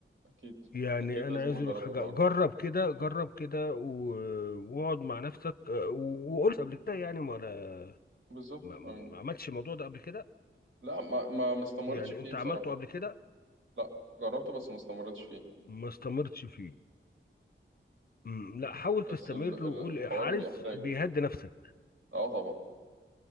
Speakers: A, on the right; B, on the left.
A: أكيد
B: يعني
A: أكيد لازم
B: انا عايز
A: أجرب
B: اقول لك حاجه
A: الحوار
B: جرب
A: ده
B: كده جرب كده و- واقعد مع نفسك آه، وقلت قبل كده يعني ولا
A: بالظبط
B: ما ما
A: أم.
B: عملتش الموضوع ده قبل كده
A: لا ما ما ما استمرتش
B: يعني
A: فيه
B: انت
A: بصراحة
B: عملته قبل كده
A: لا جربته بس ما استمرتش فيه
B: ما استمرتش فيه مم، لا حاول
A: بس
B: تستمر
A: ال-
B: وقول
A: ال- الحوار
B: حارس
A: بيحتاج
B: بيهدي نفسك
A: اه طبعا